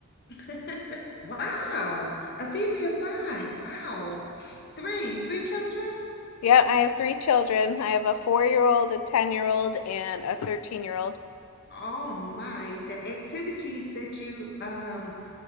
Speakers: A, on the left; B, on the left.
A: <laughs> Wow. A family of five. Wow. Three, three children?
B: Yeah, I have three children. I have a four-year-old, a 10-year-old, and a 13-year-old.
A: Oh my. The activities that you um